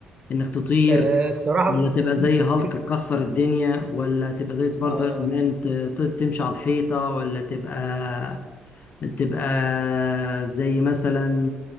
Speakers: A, on the left; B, on the right.
A: انك تطير
B: آه، الصراحة
A: ولا تبقى زي هالك
B: في
A: تكسر الدنيا ولا تبقى زي سبايدر
B: آه
A: مان ت- ت- تمشي على الحيطه ولا تبقى تبقى زي مثلا